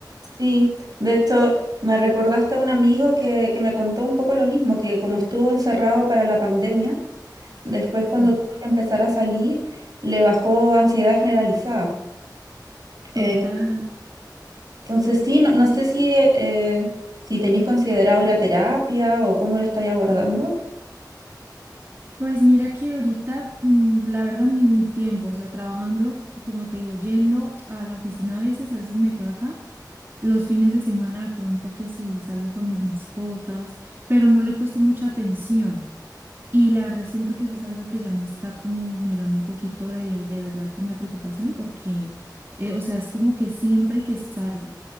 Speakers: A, on the right; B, on the right.
A: Sí, de hecho, me recordaste a un amigo que, que me contó un poco lo mismo, que como estuvo encerrado para la pandemia, después cuando
B: Sí,
A: tuvo que empezar a salir, le bajó ansiedad generalizada. Eh,
B: total.
A: entonces, sí, no, no sé si, eh, si tenéis considerado ir a terapia o cómo lo estáis abordando.
B: Pues mira que ahorita, mm, la verdad, ni, ni tiempo, o sea, trabajando, como te digo, yendo a la oficina a veces, a veces me quedo acá, los fines de semana de pronto que sí salgo con mis mascotas, pero no le he puesto mucha atención. Y la verdad siento que eso es algo que ya me está como generando un poquito de, de verdad como de preocupación porque, eh, o sea, es como que siempre que salgo